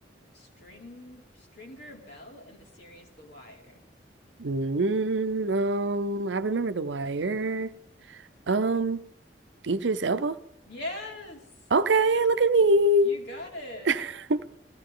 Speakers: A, on the left; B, on the right.
A: String Stringer Bell in the series The Wire?
B: Mm, um, I remember The Wire. Um, Idris Elba.
A: Yes,
B: Okay, look at me.
A: you got it.
B: <laughs>